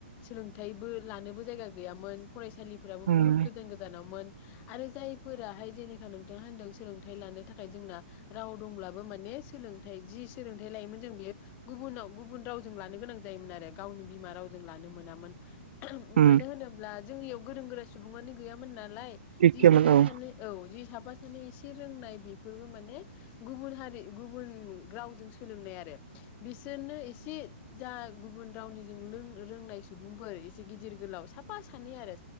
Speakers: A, on the left; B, on the right.
A: सोलों थायबो लानोबो जायगा गैयामोन । फराइसालिफोराबो
B: उम
A: बुहुत गोदान गोदानावमोन । आरो जायफोराहाय जेनेखा नों थांआ होनदों सोलोंथाइ लानो थाखाय जोंना राव दंब्लाबो माने सोलोंथाइ जि सोलोंथाइ लायोमोन बेयो गुबुनाव गुबुन रावजों जों लानो गोनां जायोमोन आरो गावनि बिमा राव जों लानो मोनामोन।
B: उम
A: मानो होनोब्ला जोंनियाव गोरों गोरा सुबुंआनो गैयामोन नालाय
B: एखेमोन
A: जि साफा
B: औ
A: सानै, औ जि साफा माने एसे रोंनाय बेफोरबो माने गुबुन हारि गुबुन रावजों सोलोंनाय आरो बिसोरनो एसे जा गुबुन रावनि जों लों रोंनाय सुबुंफोर एसे गिदिर गोलाव साब साफा सानै आरो